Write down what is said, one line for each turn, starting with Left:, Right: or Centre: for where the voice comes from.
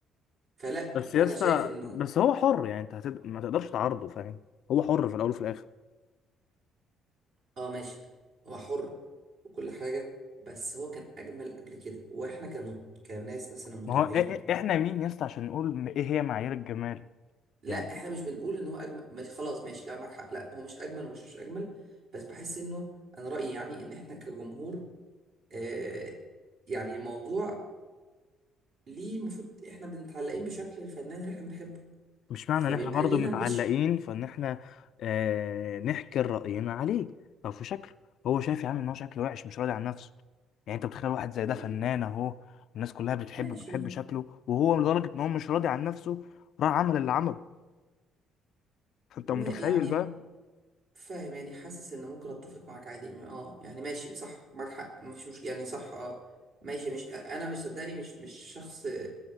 Right: فلا
Left: بس
Right: فانا
Left: يا اسطى
Right: شايف انه
Left: بس هو حر يعني انت هتد... ما تقدرش تعارضه فاهم هو حر في الاول وفي الاخر
Right: اه ماشي هو حر وكل حاجه بس هو كان اجمل قبل كده واحنا كم... كناس مثلا متابعين
Left: ما هو إ- إ- احنا مين يا اسطى عشان نقول م- ايه هي معايير الجمال
Right: لا
Left: يعني
Right: احنا مش بنقول ان هو اجمل ماشي خلاص ماشي كلامك حق لا هو مش اجمل ومش مش اجمل بس بحس انه انا رايي يعني ان احنا كجمهور آه يعني الموضوع ليه المفروض احنا بنتعلقين بشكل الفنان اللي احنا بنحبه
Left: مش معنى
Right: فبيبقى
Left: ان احنا برضه
Right: لينا
Left: متعلقين
Right: مش
Left: فان احنا آه نحكر رأينا عليه او في شكله هو شايف يا عم ان هو شكله وحش مش راضي عن نفسه يعني انت بتخيل واحد زي ده
Right: مم،
Left: فنان اهو الناس كلها بتحبه
Right: ماشي
Left: بتحب شكله وهو لدرجة ان هو مش راضي عن نفسه راح عمل اللي عمله فانت
Right: ما
Left: متخيل
Right: يعني
Left: بقى
Right: فاهم يعني حاسس ان ممكن اتفق معاك عادي ما- اه يعني ماشي صح معاك حق مفيش مش يعني صح اه ماشي مش انا مش صدقني مش مش شخص